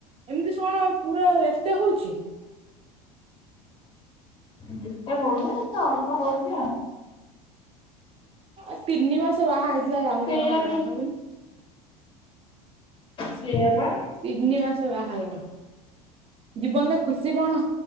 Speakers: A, on the right; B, on the left.
A: ଏମିତି ସୋଣ ପୁରା ଏତେ ହଉଛି।
B: ଏତେ ହୋଉନି ବଟ ଅଳ୍ପ ହଉଛି ଆଉ।
A: ଆ ତିନି ମାସ ବାହା ହେଇଥିଲା ରାହୁଲ
B: ସେଇଆ
A: ମହାରାଣା
B: ବି
A: ଭାବନି।
B: ସେଇଆ ବା।
A: ତିନି ମାସ ବାହାଘର ଜୀବନରେ ଖୁସି କଣ